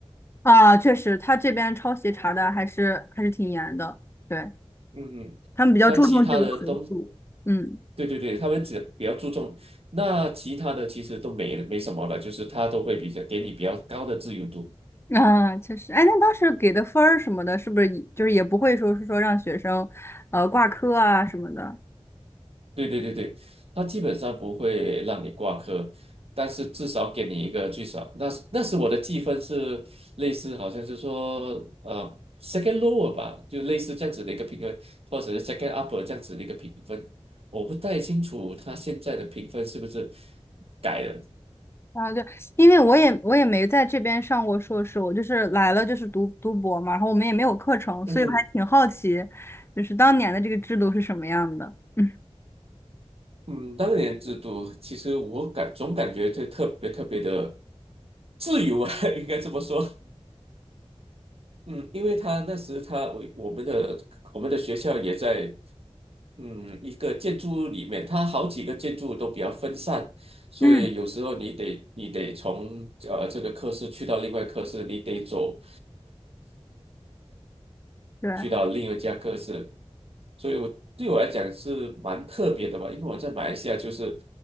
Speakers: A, on the left (about 20°); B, on the right (about 60°).
A: 啊，确实，他这边抄袭查的还是还是挺严的，对，
B: 嗯嗯。
A: 他们比较注重这个学术，
B: 那其他的东
A: 嗯，
B: 对对对，他们只比较注重，那其他的其实都没没什么了，就是他都会比较给你比较高的自由度。
A: 啊，确实，哎，那当时给的分儿什么的，是不是也就是也不会说是说让学生，呃，挂科啊什么的
B: 对对对对，他基本上不会让你挂科，但是至少给你一个最少，那是那是我的计分是类似，好像是说呃 second lower 吧，就类似这样子的一个评分，或者是 second upper 这样子的一个评分。我不太清楚他现在的评分是不是改了。
A: 啊？对，因为我也我也没在这边上过硕士，我就是来了就是读读博嘛，然后我们也没有课程，所以我还挺好奇，
B: 嗯，
A: 就是当年的这个制度是什么样的，<laughs> 嗯
B: 嗯，当年制度其实我感总感觉这特别特别的自由啊，<laughs> 应该这么说。嗯，因为他那时他我我们的我们的学校也在嗯一个建筑物里面，它好几个建筑都比较分散，所以有时候你得你得从呃这个科室去到另外科室，
A: 嗯，
B: 你得走
A: 对。
B: 去到另一家科室，所以我对我来讲是蛮特别的吧，因为我在马来西亚就是